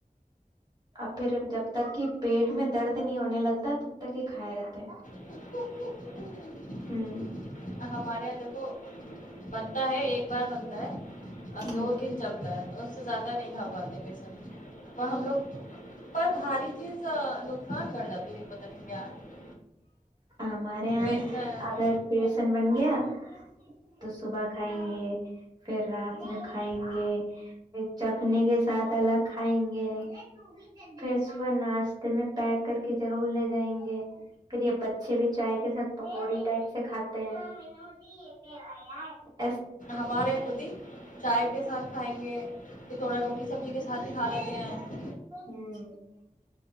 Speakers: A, on the right (about 30°); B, on the left (about 65°).
A: ا پھر جب تک کہ پیٹ میں درد نہیں ہونے لگتا تب تک ہی کھائے رہتے
B: <unintelligible>
A: ہوں
B: بنتا ہے ایک بار بنتا ہے اور
A: ہوں
B: دو دن چلتا ہے زیادہ نہیں کھا پاتے پیسے ہم لوگ پر بھاری چیز نک سان بڑھجاتی ہے پتا نہیں کیا ہے
A: ہمارے یہاں
B: بیسن
A: اگر بیسن بن گیا تو صبح کھائیں گے پھر رات میں کھائیں گے پھر چکھنے کے ساتھ الگ کھائیں گے پھر صبح ناشتے میں پیک کر کے ضرور ل جائیں گے پھر یہ بچے بھی چائے کے ساتھ پکوڑی ٹائپ سے کاتے ہیں <unintelligible>
B: ہمارے خود ہی چائے کے ساتھ کھائیں گے پ تھوڑا روٹی سبزی کے ساتھ بھی کھا لیتے ہیں
A: ہمم